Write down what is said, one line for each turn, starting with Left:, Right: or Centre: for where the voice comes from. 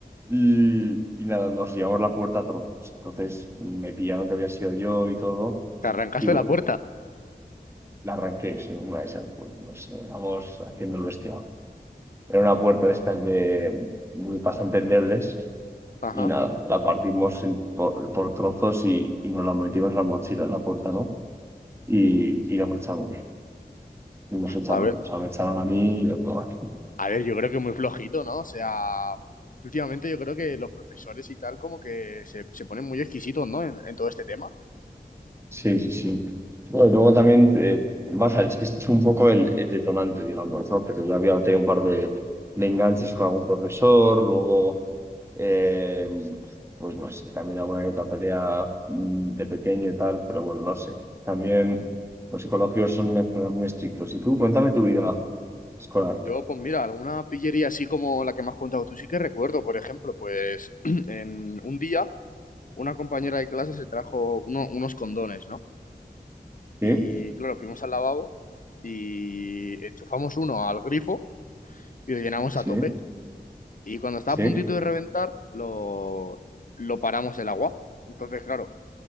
Right: y, y nada, nos llevamos la puerta a trozos. Entonces me pillaron que había sido yo y todo.
Left: Te arrancaste
Right: Y bueno,
Left: la puerta.
Right: la arranqué, sí, una de esas, pues, no sé, vamos haciendo el vestido. Era una puerta de estas de muy bastante endebles.
Left: Ajá.
Right: Y nada, la partimos en- por, por trozos y, y nos la metimos en la mochila, en la puerta, ¿no? y, y los echaron, y nos echaron,
Left: A ver,
Right: o sea, me echaron a mí y a otro
Left: a ver, yo creo que muy flojito, ¿no? O sea, últimamente yo creo que los profesores y tal como que se, se ponen muy exquisitos, ¿no? En, en todo este tema.
Right: Sí, sí, sí. Bueno, luego también, eh, baja, es que este es un poco el, el detonante, digamos, ¿no? Pero yo había tenido un par de, de enganches con algún profesor, luego, eh, pues no sé, también alguna que otra pelea mm, de pequeño y tal, pero bueno, no sé. También los psicólogos son una carrera muy estrictos. Y tú, cuéntame tu vida escolar.
Left: Yo, pues mira, alguna pillería así como la que me has contado tú sí que recuerdo. Por ejemplo, pues <clears throat> en un día una compañera de clase se trajo uno- unos condones, ¿no? Y
Right: ¿Sí?
Left: claro, fuimos al lavabo y enchufamos uno al grifo y lo llenamos
Right: ¿Sí?
Left: a tope. Y cuando estaba
Right: ¿Sí?
Left: a puntito de reventar, lo, lo paramos el agua. Entonces, claro,